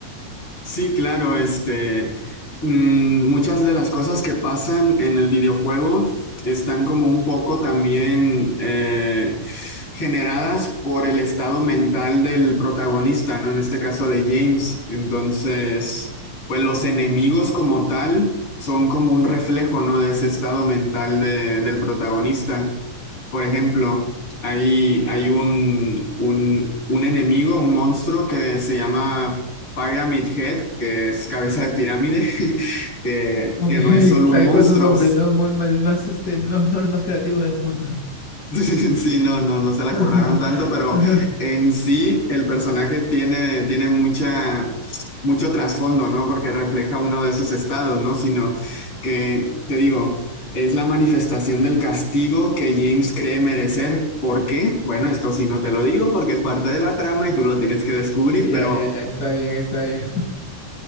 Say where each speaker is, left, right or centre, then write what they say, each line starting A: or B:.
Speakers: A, on the left; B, on the left.
A: Sí, claro, este, mm, muchas de las cosas que pasan en el videojuego están como un poco también eh, generadas por el estado mental del protagonista, ¿no? En este caso de James. Entonces, pues los enemigos como tal son como un reflejo, ¿no? De ese estado mental de- del protagonista. Por ejemplo, hay, hay un, un, un enemigo, un monstruo que se llama Pyramid Head, que es cabeza de pirámide, <laughs> que,
B: Ok,
A: que no
B: <laughs>
A: es solo
B: tal
A: un monstruo.
B: cual su nombre, ¿no? Muy mal, más este, el más- <laughs> nombre más creativo del mundo.
A: <laughs> Sí, no, no, no se la
B: <laughs>
A: curraron tanto, pero en sí el personaje tiene, tiene mucha, mucho trasfondo, ¿no? Porque refleja uno de esos estados, ¿no? Sino que, te digo, es la manifestación del castigo que James cree merecer. ¿Por qué? Bueno, esto sí no te lo digo porque es parte de la trama y tú lo tienes que descubrir,
B: Ya,
A: pero...
B: ya, ya, está bien, está bien.